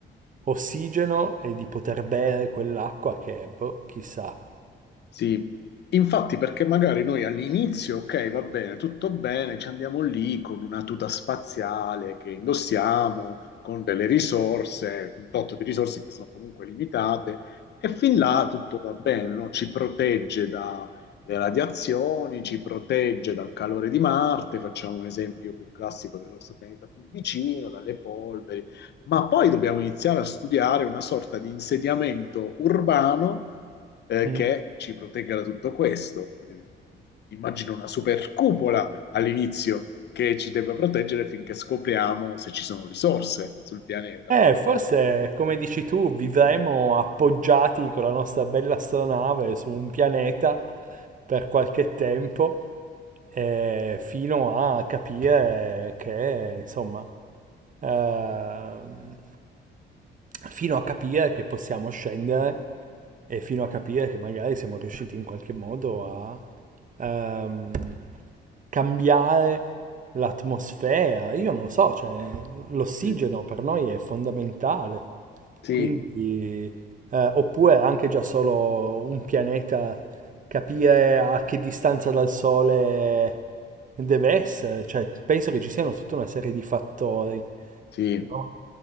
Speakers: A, on the right; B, on the left.
A: ossigeno e di poter bere quell'acqua che, boh, chissà.
B: Sì, infatti perché magari noi all'inizio, ok, va bene, tutto bene, ci andiamo lì con una tuta spaziale che indossiamo, con delle risorse, un tot di risorse che sono comunque limitate, e fin là tutto va bene, no? Ci protegge dalle radiazioni, ci protegge dal calore di Marte, facciamo un esempio più classico del nostro pianeta più vicino, dalle polveri ma poi dobbiamo iniziare a studiare una sorta di insediamento urbano eh,
A: Mm.
B: che ci protegga da tutto questo. Quindi, Immagino una super cupola all'inizio che ci debba proteggere finché scopriamo se ci sono risorse sul pianeta,
A: Eh,
B: no?
A: forse, come dici tu, vivremo appoggiati con la nostra bella astronave su un pianeta per qualche tempo, eh, fino a capire che, insomma, ehm, fino a capire che possiamo scendere e fino a capire che magari siamo riusciti in qualche modo a ehm, cambiare L'atmosfera, io non lo so, cioè, l'ossigeno
B: Sì,
A: per noi è fondamentale,
B: Sì,
A: quindi, eh, oppure anche già solo un pianeta, capire a che distanza dal Sole deve essere, cioè, penso che ci siano tutta una serie di fattori
B: sì,
A: no?